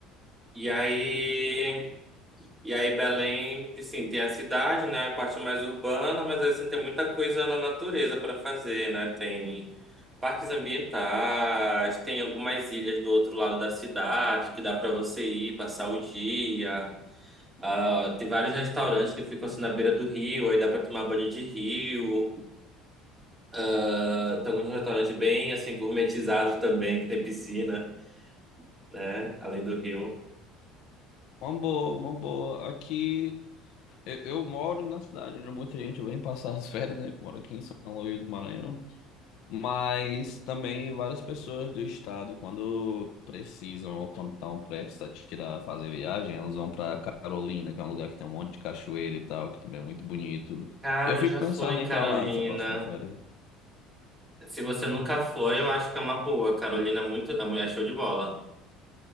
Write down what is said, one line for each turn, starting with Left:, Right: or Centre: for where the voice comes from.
Right: E aí, e aí Belém, assim, tem a cidade, né, a parte mais urbana, mas assim tem muita coisa na natureza para fazer, né? Tem parques ambientais, tem algumas ilhas do outro lado da cidade que dá para você ir passar o dia. Ah, tem vários restaurantes que ficam assim na beira do rio, aí dá para tomar banho de rio. Ah, estamos num restaurante bem assim gourmetizado também, que tem piscina, né? Além do rio.
Left: Uma boa, uma boa. Aqui eu, eu moro na cidade onde muita gente vem passar as <laughs> férias, né? que Moro aqui em São Luís do Maranhão. Mas também várias pessoas do estado, quando precisam ou quando estão prestes a tirar, fazer viagem, elas vão para Carolina, que é um lugar que tem um monte de cachoeira e tal, que também é muito bonito.
Right: Cara,
Left: Eu fico
Right: eu já
Left: pensando
Right: fui em
Left: em
Right: Carolina.
Left: ir para lá nessa próxima férias.
Right: Se você nunca foi, eu acho que é uma boa. Carolina é muito, é mulher show de bola.